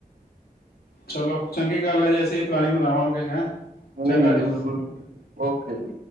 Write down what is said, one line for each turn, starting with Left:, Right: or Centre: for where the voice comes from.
Left: ਚਲੋ ਚੰਗੀ ਗੱਲ ਹੈ, ਜੇ ਅਸੀਂ ਵੀ ਪਲੈਨਿਂਗ ਬਨਾਵਾਂਗੇ ਹੈਂ।
Right: ਹਾਂਜੀ
Left: ਚੰਗਾ
Right: ਹਾਂਜੀ
Left: ਜੀ
Right: ਬਿਲਕੁਲ, ਓਕੇ ਜੀ।